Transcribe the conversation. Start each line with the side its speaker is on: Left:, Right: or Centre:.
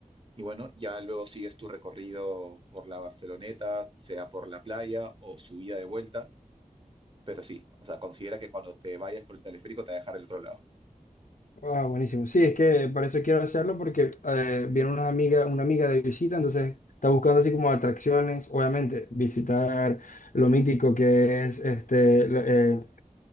Right: Y bueno, ya luego sigues tu recorrido por la Barceloneta, sea por la playa o subida de vuelta, pero sí, o sea, considera que cuando te vayas por el teleférico te va a dejar el otro lado.
Left: Ah, buenísimo. Sí, es que para eso quiero hacerlo porque eh, viene una amiga, una amiga de visita, entonces está buscando así como atracciones, obviamente, visitar lo mítico que es este, la- eh,